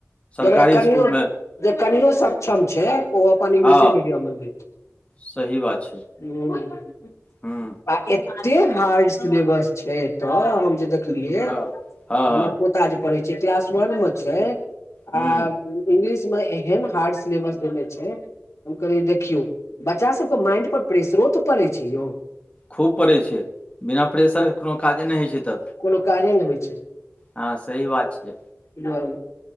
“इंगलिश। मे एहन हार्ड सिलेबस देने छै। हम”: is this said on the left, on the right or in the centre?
Left